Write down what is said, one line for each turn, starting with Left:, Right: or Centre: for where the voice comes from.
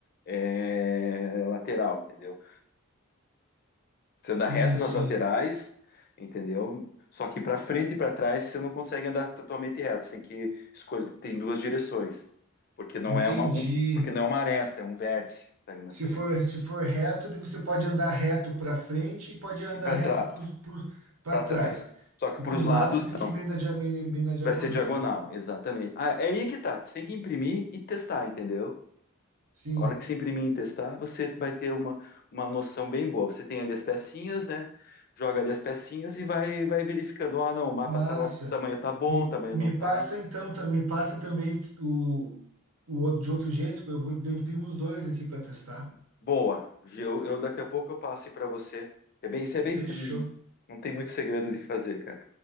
Left: é, lateral, entendeu? Você anda reto
Right: Sim,
Left: nas
Right: sim.
Left: laterais, entendeu? Só que para frente e para trás você não consegue andar totalmente reto. Você tem que escolher, tem duas direções, porque não
Right: Entendi.
Left: é uma, um- porque não é uma aresta, é um vértice que tá ali na
Right: Se
Left: frente.
Right: for se for reto, daí você pode andar reto para frente e pode andar
Left: E para
Right: reto
Left: trás,
Right: para
Left: para trás.
Right: trás.
Left: Só que
Right: E
Left: para
Right: para
Left: os
Right: os
Left: lados
Right: lados você tem que
Left: não.
Right: ir meio na, dia- meio meio na diagonal,
Left: Vai ser diagonal,
Right: né?
Left: exatamente. Ah, é aí que tá. Você tem que imprimir e testar, entendeu?
Right: Sim.
Left: A hora que você imprimir e testar, você vai ter uma, uma noção bem boa. Você tem ali as pecinhas, né? Joga ali as pecinhas e vai, vai verificando. Ah, não, o mapa
Right: Massa.
Left: tá, o tamanho tá bom,
Right: Me,
Left: o tamanho
Right: me
Left: não tá.
Right: passa então, ta- me passa também o, o outro, de outro jeito, eu vou, eu imprimo os dois aqui para testar.
Left: Ah, Boa. Eu, eu daqui a pouco eu passo para você. É bem, isso é bem,
Right: Fechou.
Left: hum, não tem muito segredo de fazer, cara.